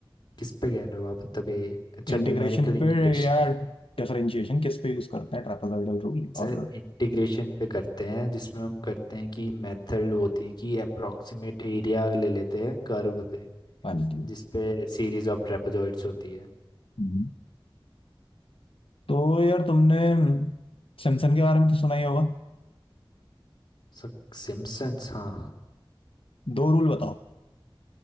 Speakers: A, on the left; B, on the left.
A: किस पे कह रहे हो आप मतलब ये अच्छा
B: इंटीग्रेशन
A: न्यूमेरिकल इंटीग्रेशन
B: पे या डिफरेंशिएशन किस पे यूज करते हैं ट्रापेजॉइडल रूल
A: सर
B: और
A: इंटीग्रेशन पे करते हैं जिसमें हम करते हैं कि मेथड होती है कि अप्रोक्सीमेट एरिया ले लेते हैं कर्व पे
B: हाँ जी
A: जिस पे सीरीज ऑफ ट्रेपेजॉइड्स होती है
B: हम्म। तो यार तुमने सिम्पसन के बारे में तो सुना ही होगा
A: सर सिम्पसन्स हाँ
B: दो रूल बताओ